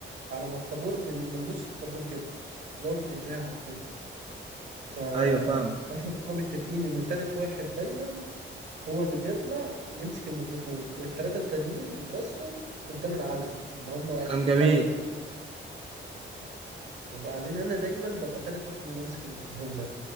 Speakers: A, on the right; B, on the right.
A: على ما الطابور من من نص الطابور كده اللي هو في الاذاعه وكده ف
B: ايوه فاهم
A: احنا بنبقى متفقين ان تالت واحد دايما هو اللي بيطلع يمسك الميكروفون والتلاته التانيين بيترصوا قدام العلم اللي هم
B: كلام
A: بيحيوا
B: جميل
A: العلم وبعدين انا دايما ببقى تالت واحد اللي بمسك الميكروفون ده